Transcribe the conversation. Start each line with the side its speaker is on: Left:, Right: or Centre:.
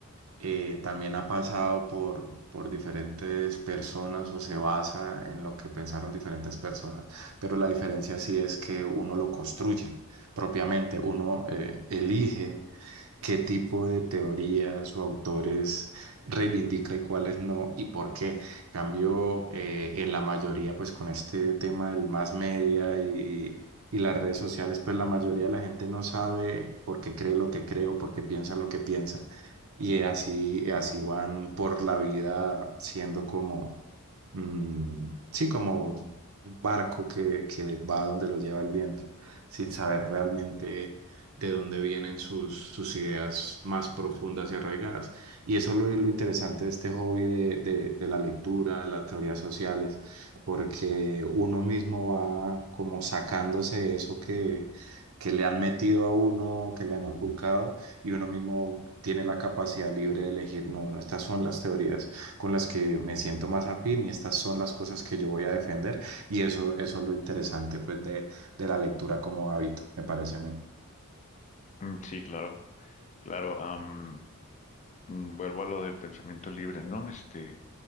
Right: eh, también ha pasado por, por diferentes personas o se basa en lo que pensaron diferentes personas, pero la diferencia sí es que uno lo construye propiamente, uno eh, elige. ¿Qué tipo de teorías o autores reivindica y cuáles no y por qué? En Cambio, eh, en la mayoría, pues con este tema del más media y, y las redes sociales, pues la mayoría de la gente no sabe por qué cree lo que cree o por qué piensa lo que piensa. Y así, así van por la vida siendo como mm, sí, como un barco que, que va donde lo lleva el viento, sin saber realmente de dónde vienen sus, sus ideas más profundas y arraigadas. Y eso es lo, lo interesante de este hobby de, de, de la lectura, de las teorías sociales, porque uno mismo va como sacándose eso que... que le han metido a uno, que le han inculcado, y uno mismo tiene la capacidad libre de elegir, no, bueno, estas son las teorías con las que me siento más afín y estas son las cosas que yo voy a defender y eso, eso es lo interesante pues de, de la lectura como hábito, me parece a mí.
Left: Mm, Sí, claro, claro. am, mm, vuelvo a lo del pensamiento libre, ¿no? Este,